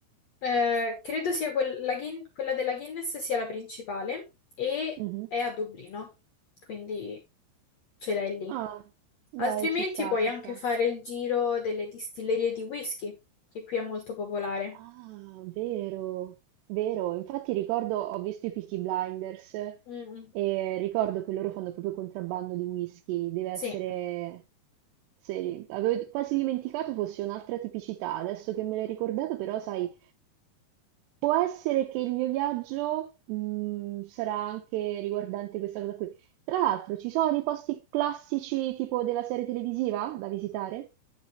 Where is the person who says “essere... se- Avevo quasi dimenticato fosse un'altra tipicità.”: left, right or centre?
Right